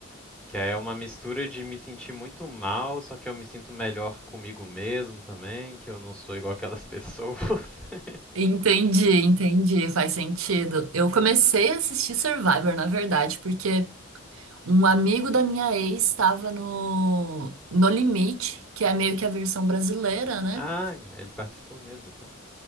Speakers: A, in the centre; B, on the right.
A: que aí é uma mistura de me sentir muito mal, só que eu me sinto melhor comigo mesmo também, que eu não sou igual aquelas pessoas. <laughs>
B: Entendi, entendi, faz sentido. Eu comecei a assistir Survivor, na verdade, porque um amigo da minha ex estava no No Limite, que é meio que a versão brasileira, né?
A: Ah, ele participou mesmo, então.